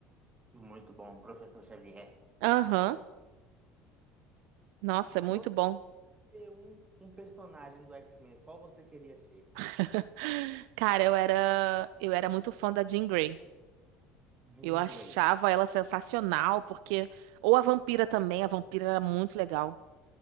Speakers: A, on the right; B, on the right.
A: Muito bom, professor Xavier.
B: Aham. Nossa, é muito
A: Se
B: bom.
A: você é um, um personagem do X-Men, qual você queria ser?
B: <laughs> Cara, eu era eu era muito fã da Jean Grey.
A: Jean
B: Eu achava
A: Grey.
B: ela sensacional porque ou a vampira também, a vampira era muito legal.